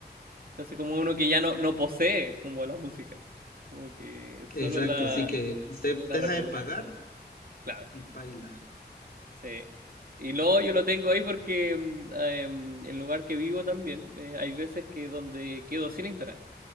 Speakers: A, on the right; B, on the left.
A: Entonces como uno que ya no, no posee como la música, como que solo
B: exacto.
A: la,
B: Así que usted
A: la
B: deja
A: reproduce.
B: de pagar
A: Claro.
B: y paila.
A: Sí. Y luego yo lo tengo ahí porque mm, ah, em, el lugar que vivo también, eh, hay veces que donde quedo sin internet.